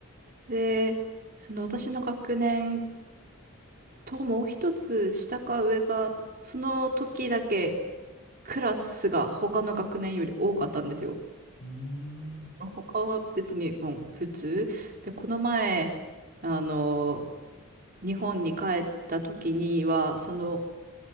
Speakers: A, on the right (about 40°); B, on the left (about 45°).
A: で、その私の学年ともう一つ下か上か、その時だけクラスが他の学年より多かったんですよ。
B: うーん。う
A: 他は別にもう普通。で、この前、あの、日本に帰った時には、その、